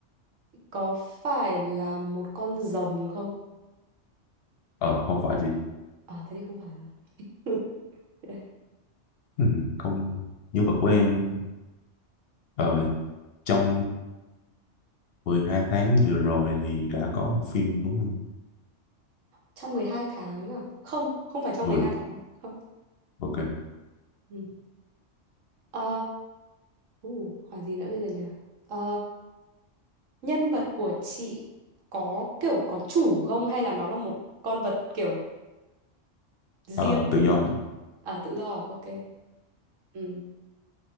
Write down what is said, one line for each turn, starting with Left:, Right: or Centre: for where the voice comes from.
Right: có phải là một con rồng không?
Left: ờ, không phải chị
Right: Ờ thế thì không phải rồi. <laughs> Đây,
Left: ừ, công nhân vật của em ờ, trong 12 tháng vừa rồi thì đã có một phim đúng không
Right: Trong 12 tháng à? Không, không phải trong
Left: vừa
Right: mười hai tháng. Không.
Left: ok
Right: Ừ. Ờ, Uh, hỏi gì nữa bây giờ nhỉ? Ờ, nhân vật của chị có kiểu có chủ không hay là nó là một con vật kiểu riêng?
Left: Ờ, tự do chị.
Right: À tự do, à? ok. Ừ.